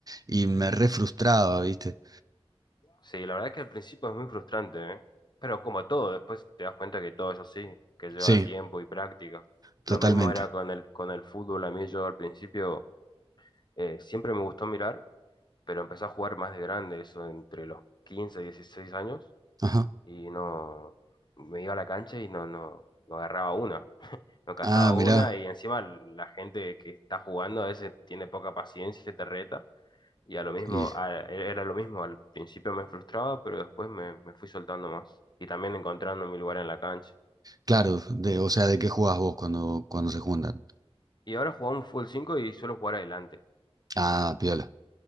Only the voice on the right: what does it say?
y me re frustraba, ¿viste?
Sí,
totalmente.
Ajá.
Ah, mirá.
Y
claro, de, o sea, ¿de qué jugás vos cuando, cuando se juntan?
Ah, piola.